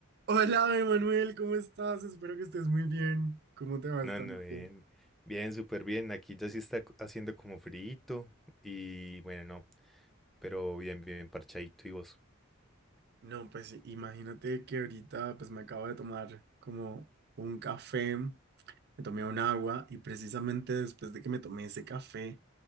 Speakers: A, on the right; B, in the centre.
A: Hola, Emanuel, ¿cómo estás? Espero que estés muy bien. ¿Cómo te va
B: No,
A: esta
B: no,
A: noche?
B: bien. Bien, súper bien. Aquí ya sí está co- haciendo como frito y bueno, no, pero bien, bien parchadito y vos.
A: No, pues imagínate que ahorita pues me acabo de tomar como un café, me tomé un agua y precisamente después de que me tomé ese café,